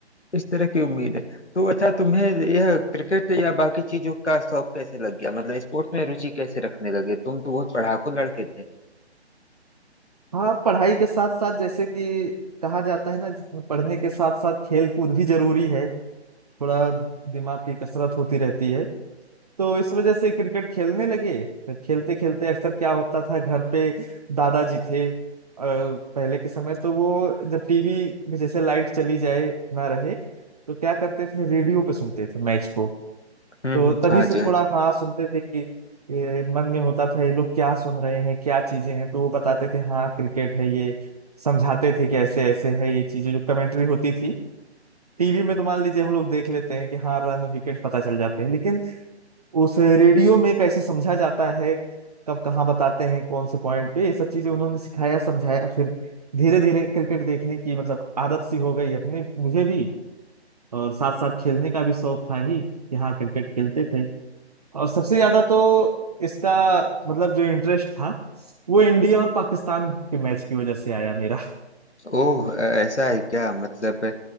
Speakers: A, on the left; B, on the right.
A: इस तरह की उम्मीद है तो अच्छा तुम्हें यह क्रिकेट या बाकी चीजों का शौक कैसे लग गया मतलब स्पोर्ट्स में रुचि कैसे रखने लगे तुम तो बहुत पढ़ाकू लड़के थे
B: हाँ पढ़ाई के साथ साथ जैसे कि कहा जाता है ना पढ़ने के साथ साथ खेल कूद भी जरूरी है थोड़ा दिमाग की कसरत होती रहती है तो इस वजह से क्रिकेट खेलने लगे फिर खेलते खेलते अक्सर क्या होता था घर पे दादाजी थे अ, पहले के समय तो वो जब टीवी में जैसे लाइट चली जाए ना रहे तो क्या करते थे रेडियो पे सुनते थे मैच को
A: हम्म
B: तो
A: हम्म
B: तभी
A: हाँ हाँ
B: से
A: जी जी हाँ
B: थोड़ा
A: जी
B: हाँ सुनते थे कि ये, मन में होता था ये लोग क्या सुन रहे हैं क्या चीजें हैं तो वो बताते थे हाँ क्रिकेट है ये समझाते थे कि ऐसे ऐसे है ये चीजें जो कमेंट्री होती थी टीवी में तो मान लीजिए हम लोग देख लेते हैं कि हाँ रन विकेट पता चल जाते हैं लेकिन उस रेडियो में कैसे समझा जाता है कब कहाँ बताते हैं कौन से पॉइंट पे ये सब चीजें उन्होंने सिखाया समझाया फिर धीरे धीरे क्रिकेट देखने की मतलब आदत सी हो गई अपने मुझे भी और साथ साथ खेलने का भी शौक था ही कि हाँ क्रिकेट खेलते थे और सबसे ज्यादा तो इसका मतलब जो इंटरेस्ट था वो इंडिया और पाकिस्तान के मैच की वजह से आया मेरा
A: ओह अ, ऐसा है क्या मतलब